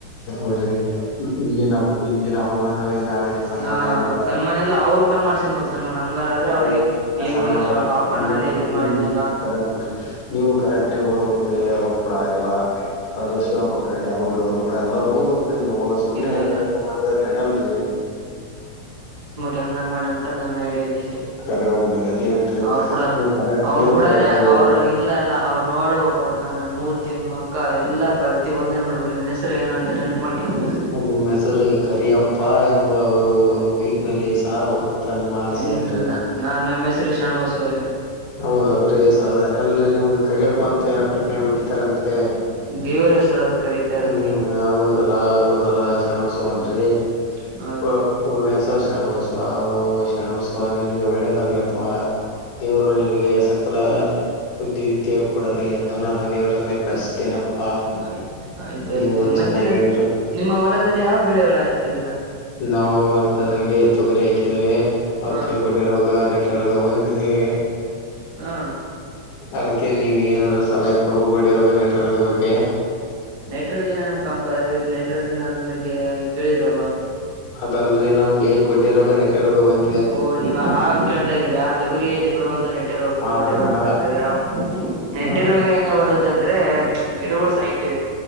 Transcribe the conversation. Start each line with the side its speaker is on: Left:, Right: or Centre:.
Left: ೋಡ್ರಿ ಇಿನ ಇಂದಿನ ಹವಾಮಾನ <unintelligible> ನಾವೇ ನಾಡಿನ ಸನ್ಮಾನ
Right: ಹ
Left: ಎಂಬ
Right: ಸನ್ಮಾನ ಎಲ್ಲ ಅವ್ರು ಕೂಡ ಮಾಡ್ಸನ್ಬಕ್ ಸನ್ಮಾನ ಹಂಗಾರಾದ್ರೆ
Left: ಆದರೆ
Right: ಅವ್ರಿಗೆ
Left: ಇಲ್ಲಿನ
Right: ಈ
Left: ಸನ್ಮಾನ.
Right: ಹುಡುಗ ಸ್ವ ಪಾಪ
Left: ಒ
Right: ನಾನೇ ಇದು ಮಾಡಿನಲ್ಲ
Left: ಕರಡ <unintelligible> ನೀವು ಕರೆಂಟ್ನಾಗ ಓದಕ ಕೂಡ ಆಗಲ್ಲ ಆದ್ರ ಶಿವಪಕ್ಕಡಿ ಅವ್ರವರು. ಕೂಡ ಎಲ್ಲಾ ಓದ್ಬೇಕ್ರಿ ನೀವು ಸುಮ್ನೆ
Right: ಇಲ್ಲೆಲ್ಲ
Left: ಹಿಂಗ ಮಾಡಿದ ನೆಡಲ್ರರಿ.
Right: ಗಂಗನ್ ಮಾಡನ್ಕ ನನ್ ಐಡಿಯಾ ಇದೆ ಅಷ್ಟೇ.
Left: ಕರೆ ಬಿಡ್ರಿ ಅದೇನ್ರಿ
Right: ಅವರು ಕೂಡ
Left: ನೀವು ಕರೆಕ್ಟ್
Right: ಅವರು
Left: ನೀವು
Right: ಕೂಡಾನೇ
Left: ಕರೆಕ್ಟ್ ಆಗ
Right: ಅವರು ಇಲ್ಲ ಎಲ್ಲ ಅವರು. ನೋಡ್ಬೇಕ ಅವರು ನನ್ನ ಮೂರ್ತಿಯ ಅಕ್ಕ ಎಲ್ಲಾ ಪರಿ. ಒಂದ ನೋಬೇಕ ನ ಹೆಸರು ಏನಂತೆನ್ ನೆನಪ ಮಾಡಕ ಇನ್ನಸೋತಿ.
Left: ನಿಮ್ಮ್ ಹೆಸರು ಕರಿಯಪ್ಪ ಎಂಬ ಅವರು ಒಂದು ಮೈಕ್ ನಲ್ಲಿ ಸಾರ್ಬೇಕಂತ. ತನ ಆಸೆ
Right: ಹ್ಮ್
Left: ಏನ್
Right: ಇಲ್ಲ
Left: ರಿ.
Right: ನಾ ನಮ್ಮ ಹೆಸರು ಶಾಣಬಸವರಿ.
Left: ಹೌದಲ್ರಿ ಅಲ್ರರಿ ನಿಮ್ಗ್ ಕರಿಯಪ್ಪ ಅಂತ ಏನ ಪೆಟ್ಣ ನೇಮ್ ಇಟ್ಟಿದಾರಂತೆ.
Right: ದೇವ್ರ ಹೆಸರು ಅದ ಕರೀತಾರ
Left: ಹ್ಮ
Right: ಹಂಗೆ
Left: ಹೌದಲ್ಲ ಹೌದಲ್ಲಾ ಶರಣಬಸವನ್ರಿ.
Right: ಹ್ಮ್ ಹೌದೌದು
Left: ಪ ಪೂರ್ಣ್ವರ್ ಶಣಬಸವ ಶಣಬಸವ ನಿನಗೆ ಒಳ್ಳೇದಾಗ್ಲಪ್ಪ. ದೇವರು ನಿನಗೆ ಸಕಲ ಬುದ್ಧಿವಿದ್ಯೆ ಕೊಡಲಿ ಎಂದು ನಾನು ದೇವರಲ್ಲಿ ಪ್ರಶತನಿ. ತ್ತೇನಪ್ಪಾ
Right: ಆಯ್ ಆಯ್ತಾಯ್ತು
Left: ನೀವು
Right: ಮತ್ತಿದು
Left: ಚೆನ್ನಾಗಿರ.
Right: ನಿಮ್ಮ ಹೊಲದಲ್ಲಿ ಯಾವ ಬೆಳೆ ಒಳ ಆಗ್ತಿದ್ರಾ.
Left: ನಾವು ಹೊಲದಲ್ಲಿ ತೊಗರಿ ಹಾಕಿದೇವೆ
Right: ಹ
Left: ಅಕ್ಕಾಯ ಗಡ್. ನ ರೋಗ ನೆಟ ರೋಗ ವಂದಿದೆ.
Right: ಹಾ
Left: ಅದಕ್ಕೆ ನೀವು್ ಏನಾದಾರೂ ಸಲಹಾಯ ಕೊಡ್ಬೋ ಗುಡ ರೋಗ ನೆಟ ರೋಗ ಬಗ್ಗೆ.
Right: ನೈಟ್ರೋಜನ್ ಕಂಪ ನೈಟ್ರೋಜನ್ ಅದ್ರ ಬಗ್ಗೆ ಕೇಳಿರಲ್ವ.
Left: ಅದಲ್ರೀ ನಮ್ಗೆ ಗೊಡ್ಡೆ ರೋಗ ನೆಟ್ಟೆ ರೋಗ ಬಂದ.
Right: ಓ ನೀವ್ ಆ ಕೇಳ್ತಾ ಇದ್ರಾ ಆ ತೊಗುರಿಯಲ್ಲಿ ಬರುವಂತ ನೆಟ್ಟೆ ರೋಗ
Left: ಹ ಹ
Right: ಗೊಡ್ಡೆ ರೋಗ ಕೇಳ್ತಾ ಇದ್ರಾ. ನೆಟ್ಟಿ
Left: ಹ ಹ
Right: ರೋಗ ಹೆಂಗ ಬರುತ್ತ ಅಂದ್ರೆ ಗಿಡಗಳು ಸಾಯ್ತವಿ.